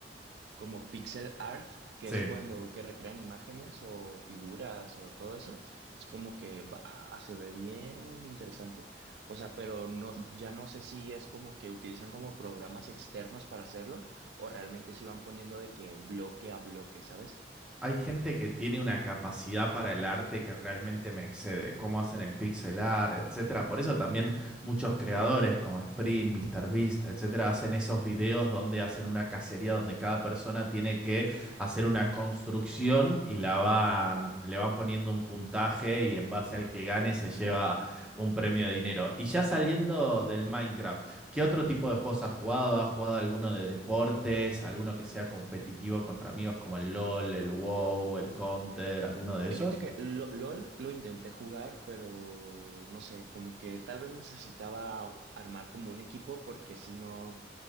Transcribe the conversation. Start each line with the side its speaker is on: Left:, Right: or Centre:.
Right: como pixel art, que
Centre: Sí.
Right: es cuando que recrean imágenes o figuras o todo eso, es como que va, se ve bien interesante. O sea, pero no, ya no sé si es como que utilizan como programas externos para hacerlo o realmente si van poniendo de que bloque a bloque, ¿sabes?
Centre: Hay gente que tiene una capacidad para el arte que realmente me excede, cómo hacen el pixel art, etcétera. Por eso también muchos creadores como Sprint, MrBeast, etcétera, hacen esos videos donde hacen una cacería donde cada persona tiene que hacer una construcción y la van, le van poniendo un puntaje y en base al que gane se lleva un premio de dinero. Y ya saliendo del Minecraft, ¿Qué otro tipo de juegos has jugado? ¿Has jugado alguno de deportes? ¿Alguno que sea competitivo contra amigos como el LOL, el WoW, el Counter, alguno de esos?
Right: Fíjate que lo- LOL lo intenté jugar, pero no sé, como que tal vez necesitaba armar como un equipo porque si no,